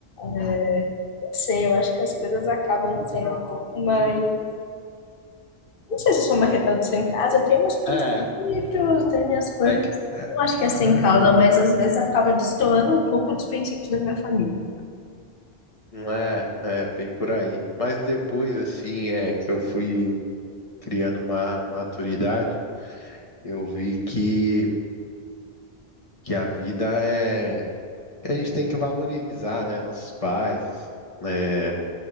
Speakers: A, on the left (about 55°); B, on the left (about 30°).
A: é, não sei, eu acho que as coisas acabam sendo um pouco mais. Não sei se eu sou uma rebelde sem casa, eu tenho meus princípios,
B: É,
A: tenho minhas coisas.
B: é que, é,
A: Não acho que é sem causa, mas às vezes acaba destoando um pouco dos princípios da minha família.
B: não é, é bem por aí. Mas depois, assim, é que eu fui criando uma maturidade, eu vi que, que a vida é, que a gente tem que valorizar, né, nossos pais, né,